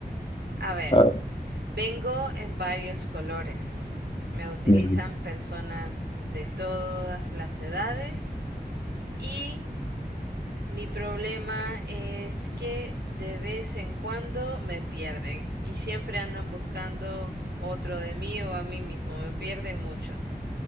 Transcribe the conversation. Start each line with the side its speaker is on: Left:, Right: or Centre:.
Right: A ver,
Left: A ver,
Right: vengo en varios colores. Me utilizan
Left: bien.
Right: personas de todas las edades y Mi problema es que de vez en cuando me pierden y siempre andan buscando otro de mí o a mí mismo, me pierden mucho.